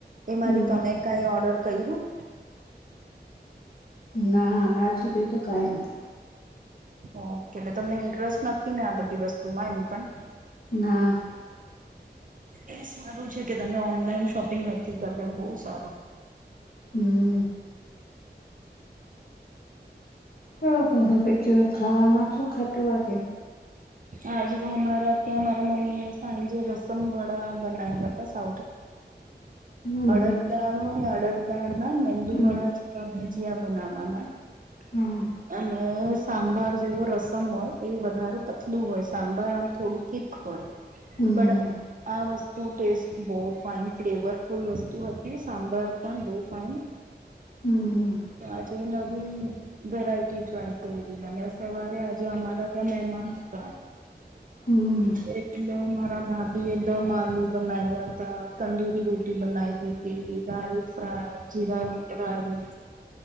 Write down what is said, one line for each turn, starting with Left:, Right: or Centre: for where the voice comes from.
Right: એમાંથી
Left: હમ
Right: તમે કઈ ઓર્ડર કર્યું
Left: ના અરાં સુધી તો કઈ નહી
Right: ઓકે એટલે તમને ઇન્ટરેસ્ટ નથી ને આ બધી વસ્તુમાં એમ પણ
Left: ના
Right: એ સારું છે કે તમે ઓનલાઈન શોપિંગ નથી કરવા બહુ સારું
Left: હમ હ બો પ ખાવાવામાં શું ખાતું આજ
Right: આજે તો અમારા ત્યાં મારા મમ્મી એ સાંજે રસમ વડા બનાવ્યા
Left: હમ
Right: અડદદાળ અને અડદાળમાં મેંદુવાળા
Left: હમ
Right: જેવા ભાજીયા બનાવવાના
Left: હા
Right: અને સાંભાર જેવો રસમ હોય એ વધારે પતલું હોય સાંભર આમ થોડું તીક હોય
Left: હમ
Right: બટ આ વસ્તુ ટેસ્ટ બહ ફઇન ફ્લેવરફુલ વસ્તુ હતી સાંભાર પણ બહ ફાઈન
Left: હમ
Right: આજ નવી વેરાયટી ટ્રાય કરી અને સવારે આજે અમારા ત્યાં મહેમાન હતા
Left: હમ
Right: હ એટલે મારા ભાભી એ દમ આલુ બનાવ્યા હતા તંદુરી રોટી બનાવી હતી દાલ ફ્રાય જીરા રઈ